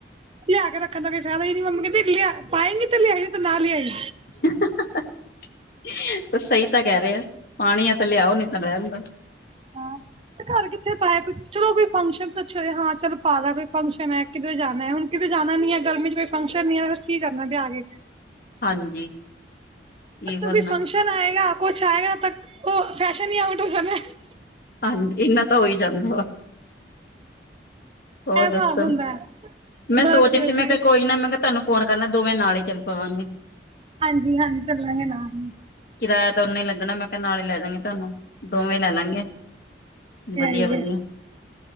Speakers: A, on the right; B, on the left.
A: ਲਿਆ ਕੇ ਰੱਖਣ ਦਾ ਕੋਈ ਫਾਇਦਾ ਨੀ ਮੰਮੀ ਕਹਿੰ ਲਿਆ ਪਾਏਂਗੀ ਤੇ ਲਿਆਈ। ਨਈਂ ਤੇ ਨਾ ਲਿਆਈਂ।
B: <unintelligible> ਸਹੀ ਤਾਂ ਕਹਿ ਰੇ ਆ ਪਾਣੀ ਆ ਤਾਂ ਲਿਆਓ, ਨਈਂ ਤਾਂ ਰਹਿੰਦੋ।
A: ਹਾਂ ਘਰ ਕਿੱਥੇ ਪਾਏ ਚਲੋ ਕੋਈ ਫੰਕਸ਼ਨ ਪੀਛੇ ਹਾਂ ਚੱਲ ਪਾਲਾ ਕੋਈ ਫੰਕਸ਼ਨ ਹੈ ਕਿ ਜਾਣਾ ਹੁਣ ਕਿ ਜਾਣਾ ਨੀ ਹੈ ਗਰਮੀ ਚ ਕੋਈ ਫੰਕਸ਼ਨ ਨ ਹੈ ਫਿਰ ਕੀ ਕਰਨਾ ਲਿਆ ਕੇ।
B: ਹਾਂਜੀ। ਕੀ ਕਰਨਾ
A: ਕੋਈ ਫੰਕਸ਼ਨ ਆਏਗਾ ਕੁਛ ਆਏਗਾ ਤ ਓ ਫੈ ਛ ਨੀ ਆਊਟੋ ਹੋ ਜਾਨਾ ਏ।
B: ਹਾਂਜੀ ਇਨਾ ਤਾਂ ਹੋਈ ਜਾਂਦਾ ਵਾ।
A: ਇਹ
B: ਹੋਰ ਦੱਸੋ
A: ਹਿਸਾਬ ਹੁੰਦਾ ਹੈ
B: ਮੈਂ
A: ਬਸ
B: ਸੋਚ ਰਹੀ
A: ਵਧੀਆ
B: ਸੀ ਮੈਂ ਕਿਹਾ ਕੋਈ ਨਾ ਮੈਂ ਕਿਹਾ ਤੁਹਾਨੂੰ ਫੋਨ ਕਰਨਾ ਦੋਵੇਂ ਨਾਲ ਹੀ ਚੱਲ ਪਾਣੀ।
A: ਹਾਂਜੀ ਹਾਂਜੀ ਚੱਲਾਂ ਹੈਰ ਹੀ
B: ਕਿਰਾਇਆ ਤਾਂ ਉਹਨਾਂ ਹੀ ਲੱਗਣਾ ਮੈਂ ਕਿਹਾ ਨਾਲ ਹੀ ਲੈ ਦਾਂਗੀ ਤੁਹਾਨੂੰ ਦੋਵੇਂ ਲੈ ਲਾਂਗੇ ਵਧੀਆ
A: ਹੈ ਹੀ
B: ਵਧੀਆ
A: ਹੈ